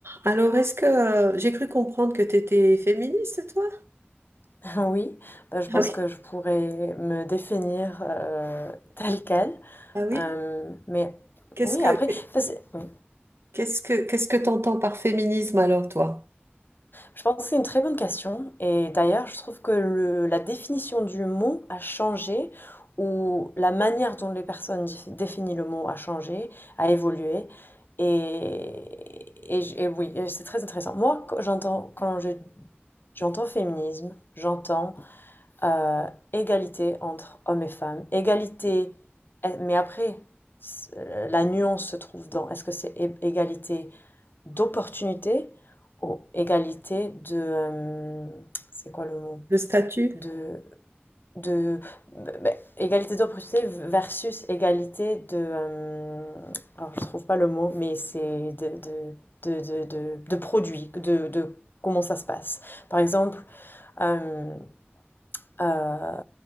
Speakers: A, on the right; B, on the left.
A: Alors, est-ce que euh, j'ai cru comprendre que tu étais féministe, toi?
B: Enfin, Oui, bah, je pense
A: Ah oui.
B: que je pourrais me définir euh, telle quelle.
A: Ah oui.
B: Euh, mais
A: Qu'est-ce
B: oui,
A: que
B: après, enfin, c'est- oui.
A: qu'est-ce que qu'est-ce que t'entends par féminisme alors, toi?
B: je pense que c'est une très bonne question. Et d'ailleurs, je trouve que le- la définition du mot a changé, ou la manière dont les personnes dif- définissent le mot a changé, a évolué. Et, et j- et oui, et c'est très intéressant. Moi, quand j'entends, quand je- j'entends féminisme, j'entends... euh, égalité entre hommes et femmes, égalité, eh, mais après, euh, la nuance se trouve dans est-ce que c'est égalité d'opportunité ou égalité de... euh, c'est quoi le mot?
A: Le statut?
B: De... de ben, ben, égalité d'opportunité versus égalité de... euh, alors, je trouve pas le mot, mais c'est de, de, de, de, de, de produits, de, de comment ça se passe. Par exemple, euh, euh,